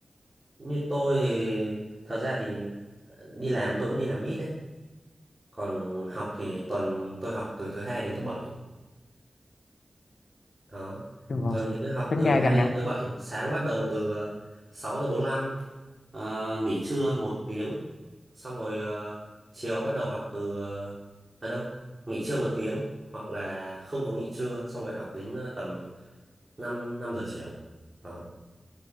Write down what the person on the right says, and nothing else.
như tôi thì thật ra thì ờ, đi làm tôi cũng đi làm ít đấy còn học thì tuần tôi học từ thứ hai đến thứ bảy đó
tuần thì cứ học
từ
thứ hai
đến
thứ bảy sáng bắt đầu từ ờ, 6 giờ 45 ờ, nghỉ trưa một tiếng xong rồi ờ, chiều bắt đầu học từ ờ, à đâu nghỉ trưa một tiếng hoặc là không có nghỉ trưa xong rồi học đến ờ, tầm 5 5 giờ chiều đó